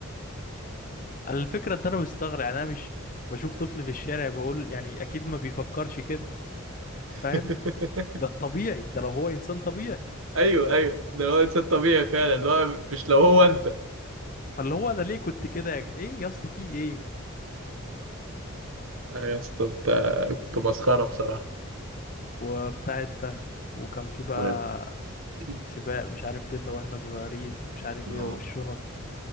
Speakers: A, on the left; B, on the right.
A: انا الفكرة ان انا مستغرب يعني انا مش بشوف طفل في الشارع بقول يعني اكيد ما بيفكرش كده فاهم
B: <laughs>
A: ده الطبيعي ده لو هو انسان طبيعي
B: ايوه ايوه ده اللي هو انسان طبيعي فعلا اللي هو مش لو هو انت
A: فاللي هو انا ليه كنت كده يا ج- ايه يا اسطى في ايه
B: آه يا اسطى انت كنت مسخرة بصراحة
A: وبتاع ده وكان في بقى
B: و... <clears throat>
A: سباق مش عارف بينا واحنا صغيرين ومش عارف
B: اه
A: ايه والشنط